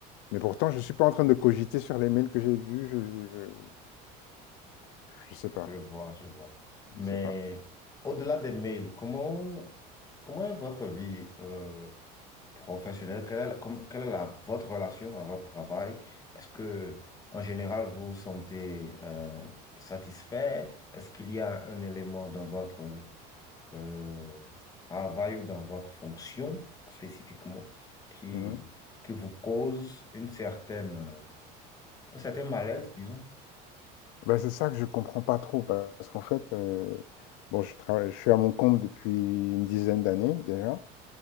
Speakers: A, on the left (about 75°); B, on the left (about 20°).
A: Mais pourtant, je suis pas en train de cogiter sur les mails que j'ai vus, je, je, je- je sais pas,
B: Je vois, je vois. Mais
A: je sais pas.
B: au-delà des mails, comment, comment est votre vie euh, professionnelle? Quelle est, la- comme- quelle est la- votre relation à votre travail? Est-ce que, en général, vous vous sentez euh, satisfait? Est-ce qu'il y a un élément dans votre euh, travail ou dans votre fonction spécifiquement qui,
A: Mmh.
B: qui vous cause une certaine, euh, un certain malaise, disons?
A: Bah, c'est ça que je comprends pas trop parce qu'en fait, euh, bon, je travaille, je suis à mon compte depuis une dizaine d'années déjà